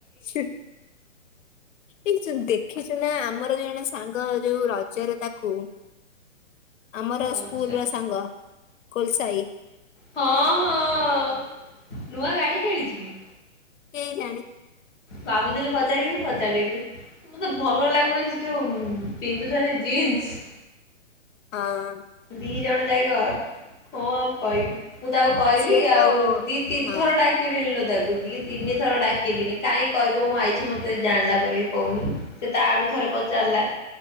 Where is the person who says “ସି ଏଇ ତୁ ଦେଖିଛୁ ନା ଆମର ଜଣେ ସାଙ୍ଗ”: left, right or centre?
Left